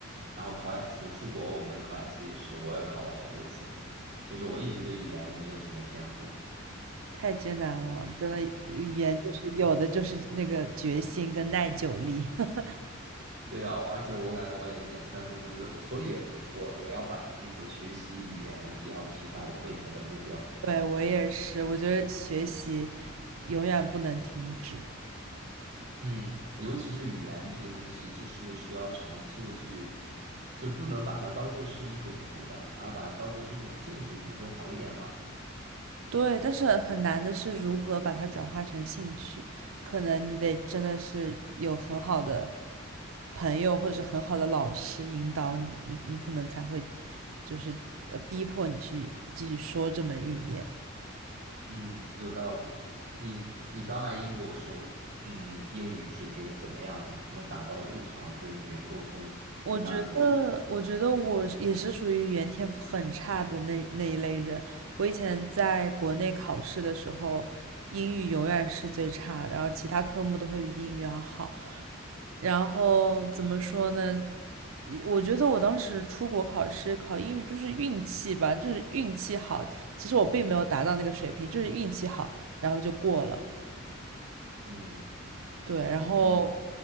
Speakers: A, on the right; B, on the right.
A: 然后考雅思，出国我们考雅思也是，我也考了好多次。就是我一直对语言没有什么天赋。
B: 太艰难了，真的，语言就是有的就是那个决心跟耐久力。<laughs>
A: 对啊，而且我感觉我也有点三分钟热度，所以我我要把这个学习语言也要提上我未来的目标。
B: 对，我也是，我觉得学习永远不能停止。
A: 嗯，尤其是语言这个东西，就是需要长期的去，就不能把它当做是一种负担，而把它当做是一种兴趣，可能会好一点吗？
B: 对，但是很难的是如何把它转化成兴趣，可能你得真的是有很好的朋友或者是很好的老师引导你，你你可能才会就是呃逼迫你去继续说这门语言。
A: 嗯，有道理。你你刚来英国的时候，嗯，英语水平怎么样呢？能达到日常跟别人沟通无障碍的程度？
B: 我觉得，我觉得我也是属于语言天赋很差的那那一类人。我以前在国内考试的时候，英语永远是最差的，然后其他科目都会比英语要好。然后怎么说呢？我觉得我当时出国考试考英语就是运气吧，就是运气好。其实我并没有达到那个水平，就是运气好，然后就过了。
A: 嗯
B: 对，然后，
A: 嗯